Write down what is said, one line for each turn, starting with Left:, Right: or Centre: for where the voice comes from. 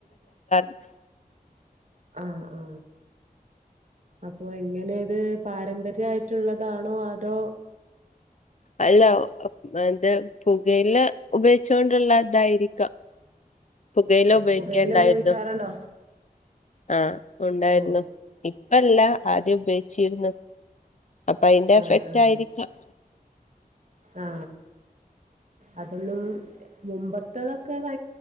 Left: <unintelligible>
Right: ആ ആ അപ്പൊ എങ്ങനെ ഇത് പാരമ്പര്യായിട്ടുള്ളതാണോ? അതോ?
Left: അല്ല, മറ്റേ പുകയില ഉപയിച്ചോണ്ട്ള്ള ഇതായിരിക്കാം. പുകയില ഉപയോഗിക്കേണ്ടായിരുന്നോ?
Right: പുകയില ഉപയോഗിക്കാറുണ്ടോ
Left: ആ ഉണ്ടായിരുന്നു,
Right: ഓ
Left: ഇപ്പല്ല ആദ്യം ഉപയോഗിച്ചിരുന്നു. അപ്പൊ അയിന്റെ
Right: ആ
Left: എഫക്റ്റ്
Right: ആആ
Left: ആയിരിക്കാം
Right: ആ അതൊന്നും മുമ്പത്തതൊക്കെ ഭ